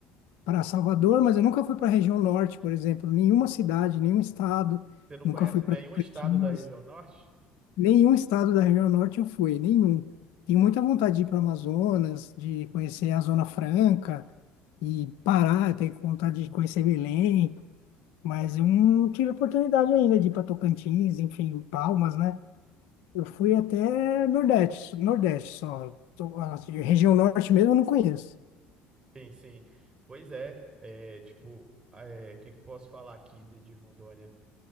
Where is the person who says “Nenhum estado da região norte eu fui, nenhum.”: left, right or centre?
Left